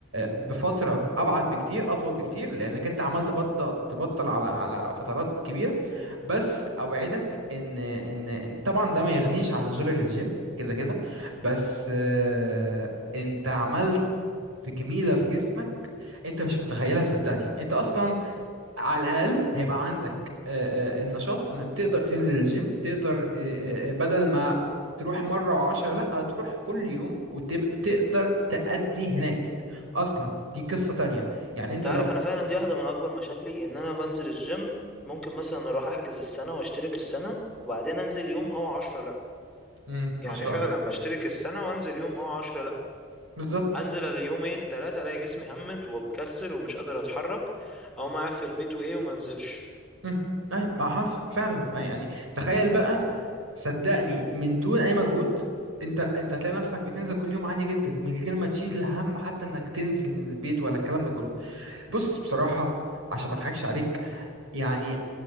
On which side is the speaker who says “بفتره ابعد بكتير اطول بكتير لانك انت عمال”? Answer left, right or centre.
Right